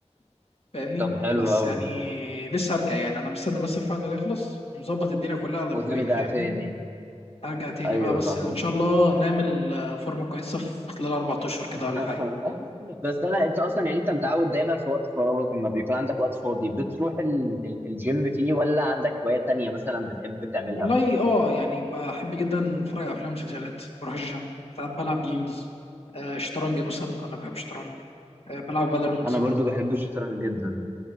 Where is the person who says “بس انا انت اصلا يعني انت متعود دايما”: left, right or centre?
Right